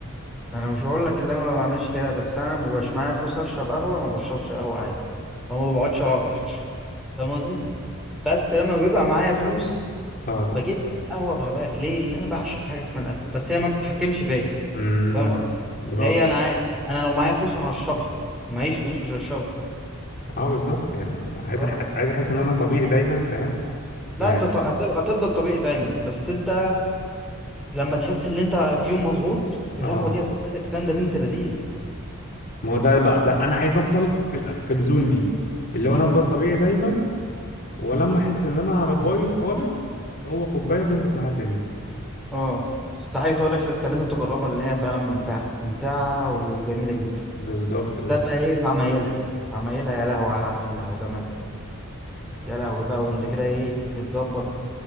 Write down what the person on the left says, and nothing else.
اه
امم
برافو
اه بالظبط يعني انا عايز
أح... عايز احس ان انا طبيعي دايما فاهم
يعني
اه
ما هو ده بقى ده انا عايز افضل في ال... في الزون دي اللي هو انا
افضل طبيعي دايما ولما احس ان انا بايظ خالص هو كوبايه تظبط معايا الدنيا
بالظبط بالظبط